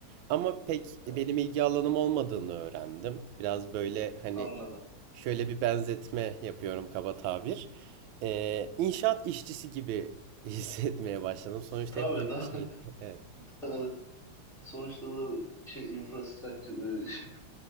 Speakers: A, on the right; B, in the centre.
A: Ama pek
B: evet,
A: benim ilgi alanım olmadığını öğrendim. Biraz böyle hani
B: anladım.
A: şöyle bir benzetme yapıyorum kaba tabir. Ee,
B: Hı
A: inşaat
B: hı.
A: işçisi gibi <laughs> hissetmeye başladım. Sonuçta
B: Tabii,
A: hep aynı
B: da
A: şeydi.
B: <laughs>
A: Evet.
B: doğru. Sonuçta bu da bir şey infrastructure böyle şey,